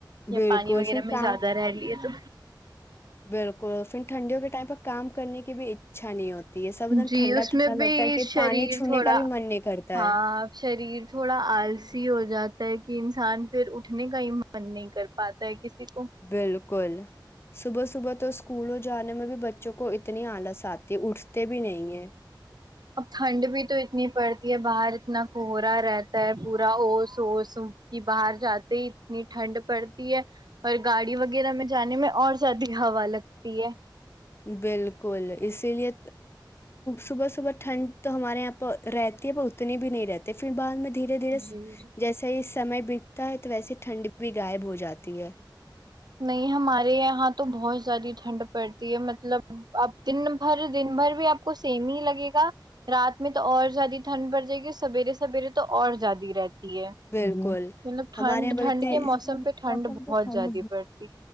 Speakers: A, on the right (about 60°); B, on the left (about 30°).
A: یا
B: بالکل
A: پانی وغیرہ
B: پھر
A: میں
B: کام
A: زیادہ رہ لیے تو
B: بالکل پھر ٹھنڈیوں کے ٹائم پہ کام کرنے کی بھی اچھا نہیں ہوتی ہے سب ایک دم
A: جی
B: ٹھنڈا
A: اس
B: ٹھنڈا
A: میں بھی
B: لگتا ہے کہ
A: شریر
B: پانی چھونے
A: تھوڑا
B: کا بھی من نہیں کرتا
A: ہاں
B: ہے
A: شریر تھوڑا آلسی ہو جاتا ہے کہ کہ انسان پھر اٹھنے کا ہی من نہیں کر پاتا ہے کسی کو
B: بالکل صبح صبح تو اسکولوں جانے میں بھی بچے بچوں کو اتنی آلس آتی اٹھتے بھی نہیں ہے
A: اب ٹھنڈ بھی تو اتنی پڑتی باہر اتنا کوہرا رہتا ہے پورا اس اس کی باہر جاتے ہی اتنی ٹھنڈ پڑتی ہے اور گاڑی وغیرہ میں جانے میں اور زیادہ ہوا لگتی ہے
B: بالکل اسی لیے صبح صبح ٹھنڈ تو ہمارے یہاں پ رہتی ہے پر اتنی بھی نہیں رہتی پھر بعد میں دھیرے دھیرے
A: جی جی
B: جیسا ہی سمے بیتتا ہے تو ویسے ٹھنڈی بھی غائب ہو جاتی ہے
A: نہیں ہمارے یہاں تو بہت زیادہ ٹھنڈ پڑتی ہے مطلب اپ دن بھر دن بھر بھی آپ کو سیم ہی لگے گا رات میں تو اور زیادہ ٹھنڈ پڑ جائے گی سویرے سویرے تو اور زیادی رہتی ہے
B: بالکل
A: مطلب ٹھنڈ
B: ہمارے یہاں ب
A: ٹھنڈ کے موسم پہ ٹھنڈ
B: موسم
A: بہت
B: تو ٹھنڈ
A: زیادہ پڑتی